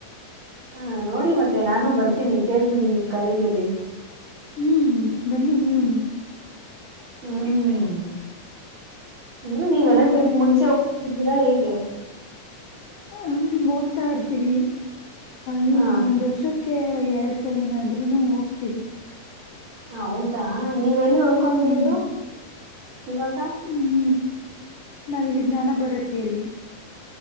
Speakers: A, on the right (about 45°); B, on the left (about 85°).
A: ಹಾ ನೋಡಿ ಮತ್ತೆ ನಾನು ಬರ್ತೀನಿ ಕೇಳ್ಬಿಡಿ ನಿಮ್ ಕಾಲೇಜಲ್ಲಿ
B: ಹ್ಮ್ ಬನ್ನಿ ನೀವನು
A: ಹ್ಮ್ ಅಂದ್ರೆ ನೀವೆಲ್ಲಾ
B: ನಿಮ್ಗೆ
A: ಟ್ರಿಪ್ ಮುಂಚೆ ಹೋಗಿದ್ದೀರಾ ಹೇಗೆ
B: ಹ ಹೋಗ್ತಾ ಇರ್ತೀವಿ ಈ
A: ಹಾ
B: ಒಂದು್ ವರ್ಷ ಅಕಕ್ಕೆ ಎರಡು ಸಲಿನಾದ್ರು ಹೋಗ್ತೀವಿ
A: ಹೌದಾ ನೀವ ಎಲ್ಲಿ ಉಳ್ಕೊಂಡಿರೋದು
B: ಹ್ಮ್
A: ಇವಾಗ
B: ಹ್ಮ್ ನಾವಿಲ್ಲಿ ಜ್ಞಾನ ಬರತ್ತ ಅಲ್ಲಿ